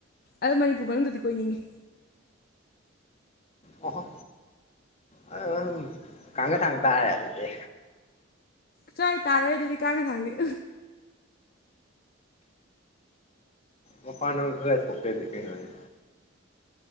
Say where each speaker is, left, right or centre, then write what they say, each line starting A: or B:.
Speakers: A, on the left (about 45°); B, on the left (about 30°).
A: ꯑꯗꯨ ꯃꯅꯤꯄꯨꯔ ꯃꯅꯨꯡꯗꯗꯤ ꯀꯣꯏꯅꯤꯡꯉꯤ
B: ꯑꯣꯍꯣ ꯑꯥ ꯅꯪ ꯀꯥꯡꯒ ꯊꯥꯡ ꯇꯥꯔꯦ ꯑꯗꯨꯗꯤ
A: ꯆꯣꯍꯦ ꯇꯥꯔꯣꯢ ꯑꯗꯨꯗꯤ ꯀꯥꯡꯒ ꯊꯥꯡꯗꯤ
B: ꯃꯄꯥꯟ ꯅꯨꯡ ꯈꯔ ꯈꯔ ꯊꯣꯛꯇ꯭ꯔꯗꯤ ꯀꯩꯅꯣꯅꯦ